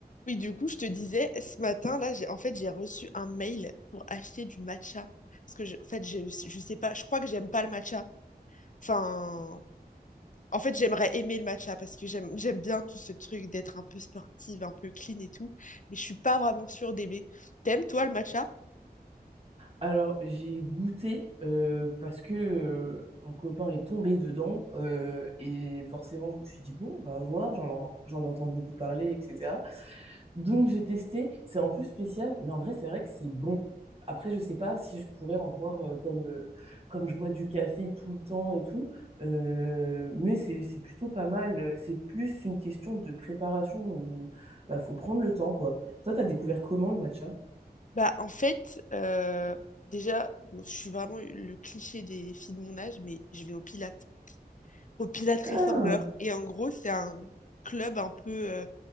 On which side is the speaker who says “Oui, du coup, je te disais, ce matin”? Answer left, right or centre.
Left